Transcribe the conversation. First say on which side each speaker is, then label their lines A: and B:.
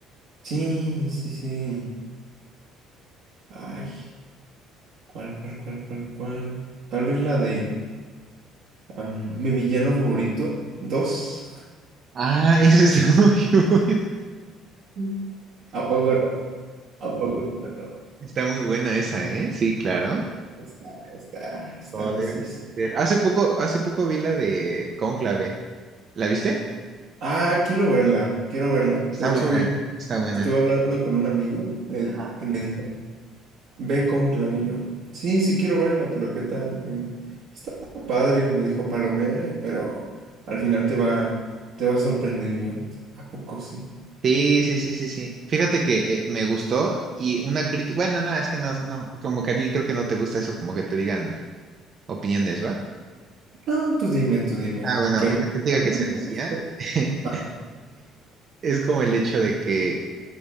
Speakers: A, on the right; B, on the right.
A: sí, sí, sí. Ay, ¿cuál, cuál, cuál, cuál, cuál? Tal vez la de am, mi villano favorito, dos.
B: Ah, esa está <laughs> muy buena.
A: <laughs> ¿A poco no? ¿A poco no?
B: Está muy buena esa, ¿eh? Sí, claro.
A: Está, está, está
B: Como
A: maciza.
B: debe de ser. Hace poco, hace poco vi la de Cónclave. ¿La viste?
A: Ah, quiero verla, quiero verla.
B: Está
A: De hecho,
B: buena,
A: hoy
B: está buena.
A: estuve hablando con un amigo le-
B: Ajá.
A: y me dijo. Ve con clavillo. Sí, sí quiero verla, pero ¿qué tal? Y me- Está padre, me dijo Palomera, eh, pero al final te va, te va a sorprender. Y yo, ¿a poco sí?
B: Sí, sí, sí, sí, sí. Fíjate que eh, me gustó y una crítica. Bueno, nada, es que no, no, como que a ti creo que no te gusta eso, como que te digan opiniones, ¿va?
A: No, tú dime, tú dime.
B: Ah, bueno,
A: Que
B: una crítica
A: a mí
B: que
A: no
B: se
A: me
B: decía
A: gusta.
B: <laughs>
A: Ah,
B: es como el hecho de que